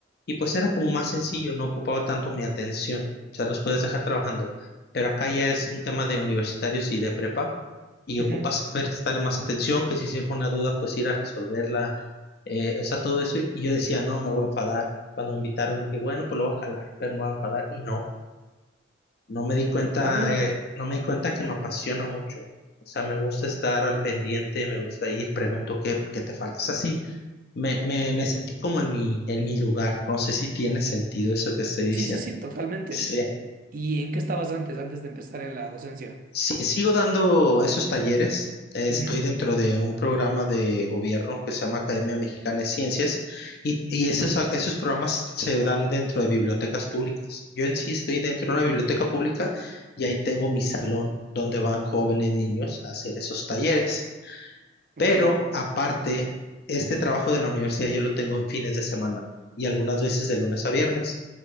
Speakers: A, on the left; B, on the right.
A: Y pues era como más sencillo, no ocupaba tanto mi atención. O sea, los puedes dejar trabajando. Pero acá ya es un tema de universitarios y de prepa, y
B: Ujú.
A: ocupas prestarle más atención, que si surge una duda, pues ir a resolverla. eh, o sea, todo eso. Y yo decía, no, me voy a enfadar cuando me invitaron dije, bueno, pues lo voy a jalar, pero me voy a enfadar. Y no, no me di cuenta,
B: Ah, mira.
A: eh, no me di cuenta que me apasiona mucho. O sea, me gusta estar al pendiente, me gusta ir, pregunto qué, qué te falta. O sea, sí, me, me, me sentí como en mi, en mi lugar. No sé si tiene sentido eso que estoy diciendo.
B: Sí, sí, sí, totalmente.
A: Sí,
B: ¿Y en qué estabas antes, antes de empezar en la docencia?
A: Sí, sigo dando esos talleres. Eh, Estoy
B: Ujú.
A: dentro de un programa de gobierno que se llama Academia Mexicana de Ciencias y, y esos, a- esos programas se dan dentro de bibliotecas públicas. Yo en sí estoy dentro de una biblioteca pública y ahí tengo mi salón donde van jóvenes niños a hacer esos talleres.
B: Ok.
A: Pero aparte, este trabajo de la universidad yo lo tengo en fines de semana y algunas veces de lunes a viernes.